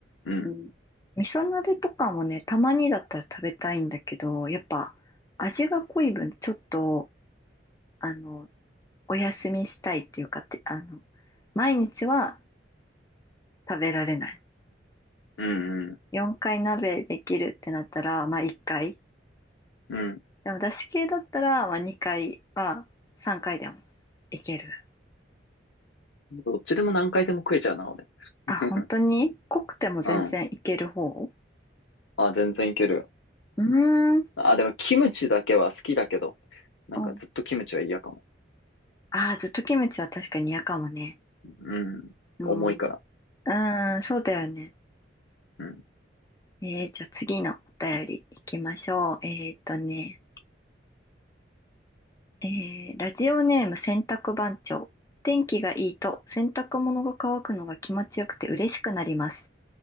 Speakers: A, on the left; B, on the left.
A: うん。
B: ん、
A: 味噌鍋とかもね、たまにだったら食べたいんだけど、やっぱ味が濃い分、ちょっと、あの、お休みしたいっていうかって、あの、毎日は食べられない。
B: うんうん。
A: 4回鍋できるってなったら、まあ1回。
B: うん。
A: でもだし系だったら、まあ2回は3回でもいける。
B: どっちでも何回でも食えちゃうな、俺。
A: あ、
B: <laughs>
A: 本当に濃くても全然いける方
B: うん。あ、全然いける。
A: うーん。
B: あ、でもキムチだけは好きだけど、なんかずっとキムチは嫌かも。
A: うんああ、ずっとキムチは確かに嫌かもね。
B: うん。
A: うん。
B: 重いから。
A: うーん、そうだよね。
B: うん。
A: えー、じゃあ次のお便り行きましょう。えーっとね、えー、ラジオネーム洗濯番長。天気がいいと洗濯物が乾くのが気持ちよくて嬉しくなります。